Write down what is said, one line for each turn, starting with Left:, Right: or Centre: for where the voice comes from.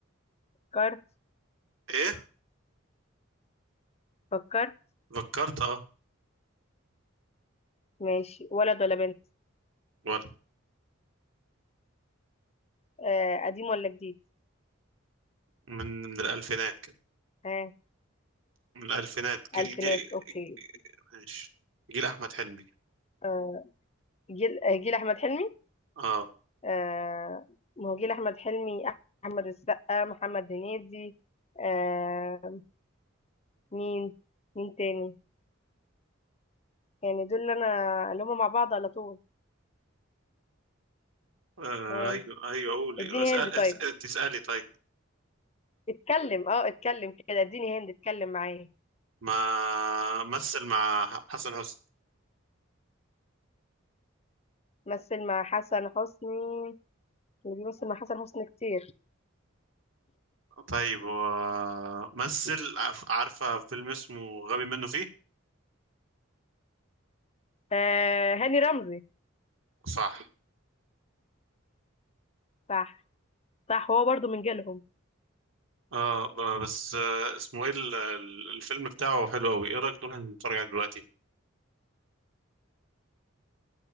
Left: فكرت
Right: ايه
Left: فكرت
Right: فكرت اه
Left: ماشي ولد ولا بنت
Right: ولا
Left: آه قديم ولا جديد
Right: من من الالفينات كده
Left: ها
Right: من الالفينات جيل
Left: آه. ألفينات
Right: جيل
Left: أوكي
Right: ماشي جيل احمد حلمي
Left: آه جيل آه، جيل أحمد حلمي
Right: اه
Left: آه ما هو جيل أحمد حلمي أحمد السقا محمد هنيدي آه، مين مين تاني يعني دول اللي انا اللي هم مع بعض على طول
Right: آه،
Left: اه
Right: ايوه ايوه قولي
Left: اديني
Right: اسال
Left: هند
Right: اسال
Left: طيب
Right: تسالي طيب
Left: اتكلم اه اتكلم كده اديني هند اتكلم معايا
Right: ما مثل مع حسن حسني
Left: مثل مع حسن حسني اللي بيمثل مع حسن حسني كتير
Right: طيب و- مثل عف- عارفه فيلم اسمه غبي منه فيه
Left: آه هاني رمزي
Right: صح
Left: صح صح هو برضو من جيلهم
Right: اه ب- بس آه، اسمه ايه ال- ال- الفيلم بتاعه حلو قوي ايه رايك نروح نتفرج عليه دلوقتي